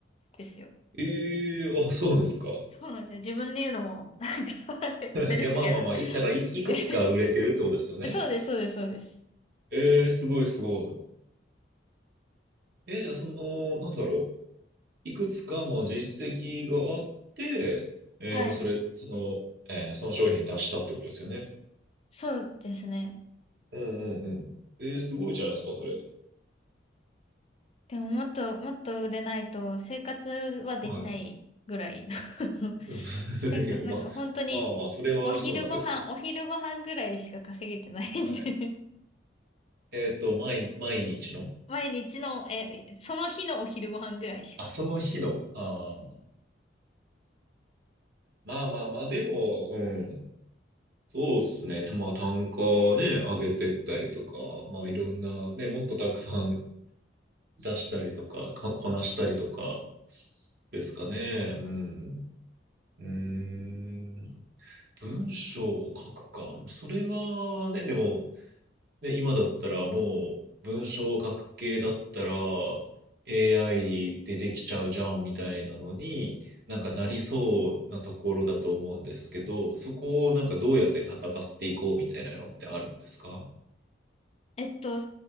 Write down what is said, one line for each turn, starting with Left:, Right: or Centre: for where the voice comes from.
Left: ですよ。
Right: ええー、あ、そうですか。<laughs>
Left: そうなんですよ。自分で言うのも、<laughs> なんか <laughs> あれですけど。
Right: いや、まあまあまあ、い、だからいく、いくつか売れてるってことですよね。
Left: えそうです、そうです、そうです。
Right: ええー、すごいすごい。えー、じゃあ、その、なんだろう。いくつかも実績があって、えー、
Left: はい。
Right: もうそれ、その、えー、その商品出したってことですよね。
Left: そうですね。
Right: うんうんうん。えー、すごいじゃないですか、それ。
Left: でももっと、もっと売れないと生活はできないぐらい
Right: はい。
Left: <laughs>
Right: <laughs>
Left: せっか、
Right: いや、
Left: なんか本当に
Right: まあ、まあまあ、それはそうなんですけど。
Left: お昼ご飯、お昼ご飯ぐらいしか稼げてないんで
Right: はい。えっと、毎、毎日の、
Left: <laughs> 毎日の、え、その日のお昼ご飯ぐらいしか。
Right: あ、その日の、あーまあまあまあ、でも、うん。そうっすね。まあ単価ね、上げてったりとか、まあいろんな、ね、もっとたくさん出したりとか、ここなしたりとか、ですかね。うん。うーん。文章を書くか。それはね、でも、で、今だったらもう文章を書く系だったら AI でできちゃうじゃんみたいなのになんかなりそうなところだと思うんですけど、そこをなんかどうやって戦っていこうみたいなのってあるんですか
Left: えっと、